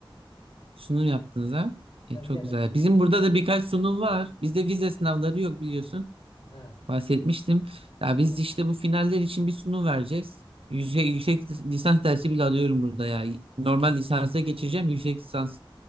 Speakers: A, on the right; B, on the left.
A: sunum yaptınız ha? E,
B: Ha,
A: çok
B: gene
A: güzel.
B: sunum.
A: Bizim burada da birkaç sunum var. Bizde vize sınavları yok biliyorsun.
B: Ha.
A: Bahsetmiştim. Ya biz
B: Ha.
A: işte bu finaller için bir sunum vereceğiz. Yüksek, yüksek lisans dersi bile alıyorum burada ya. Normal lisansa geçeceğim. Yüksek lisans